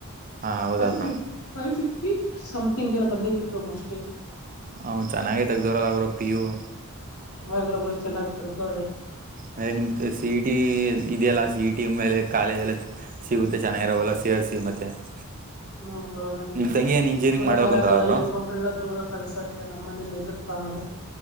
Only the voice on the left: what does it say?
five
fifty, five fifty something ಏನೋ ಬಂದೈತೆಬ್ರೋ ಮೋಸ್ಟ್ಲಿ.
ಯವಗಲೂ ಬ್ರೆಶ್ ಚೆನ್ನಾಗಿ ತೊಳ್ಕೊಳ್ಳಿ. <unintelligible>
ನೋಡೋಣ. ಇಲ್ಲ
ದೂರ
ಬರ ಕಳ
ಹೆಣ್ಮಕ್ಕಳನ್ನದೂರ ಕಳ್ಸಕ್ಕೆ ನಮ್ಮ ಮನೇಲಿ ಇದ ರ್ತ ಹ <inaudible>